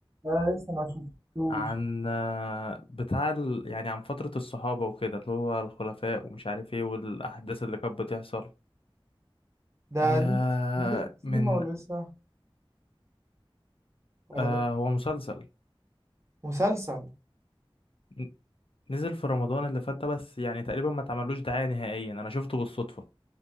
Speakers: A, on the right (about 30°); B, on the left (about 70°).
A: انا لسه ما شفتوش
B: عن آه، بتاع ال... يعني عن فترة الصحابة وكده اللي هو الخلفاء ومش عارف ايه والأحداث اللي كانت بتحصل
A: ده
B: آه
A: نزل نزل في السينما
B: من
A: ولا لسه ولا
B: آه
A: ده
B: هو مسلسل
A: مسلسل
B: ن- نزل في رمضان اللي فات ده بس يعني تقريبا ما اتعملوش دعاية نهائيا أنا شفته بالصدفة